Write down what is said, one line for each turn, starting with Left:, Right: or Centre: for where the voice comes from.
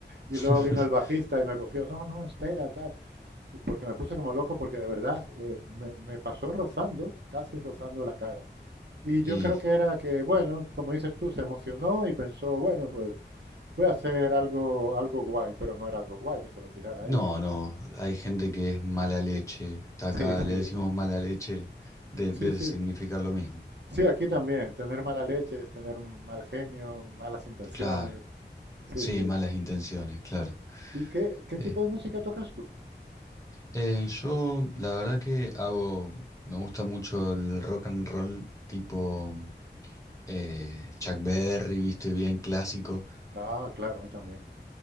Right: Y
Left: <laughs>
Right: luego vino el bajista y me cogió, no, no, espera, tal. y Porque me puse como loco porque de verdad eh, me, me pasó rozando, casi rozando la cara. Y
Left: y
Right: yo creo que era que, bueno, como dices tú, se emocionó y pensó, bueno, pues voy a hacer algo, algo guay, pero no era algo guay que se lo tirara a
Left: No,
Right: él.
Left: no, hay gente que es mala leche. Acá
Right: Sí, sí,
Left: le decimos mala leche de,
Right: sí,
Left: de
Right: sí.
Left: significar lo mismo.
Right: Sí, aquí también, tener mala leche es tener un mal genio, malas intenciones.
Left: Claro,
Right: Sí,
Left: sí,
Right: sí.
Left: malas intenciones, claro.
Right: ¿Y qué, qué
Left: Eh,
Right: tipo de música tocas tú?
Left: eh, yo la verdad que hago, me gusta mucho el rock and roll tipo eh, Chuck Berry, viste, bien clásico,
Right: Ah, claro, a mí también.